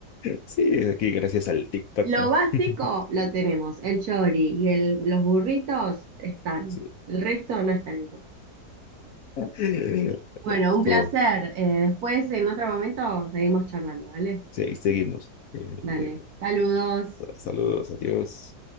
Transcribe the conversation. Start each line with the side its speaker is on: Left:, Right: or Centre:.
Left: Sí, es aquí gracias al TikTok,
Right: Lo
Left: ¿no?
Right: básico
Left: <laughs>
Right: lo tenemos, el chori y el, los burritos están,
Left: Sí.
Right: el resto no es tan importante.
Left: Eh,
Right: Bueno,
Left: Estuvo.
Right: un placer. Eh, después, en otro momento, seguimos charlando, ¿vale?
Left: Sí, seguimos. Eh,
Right: Dale. Saludos.
Left: saludos, adiós.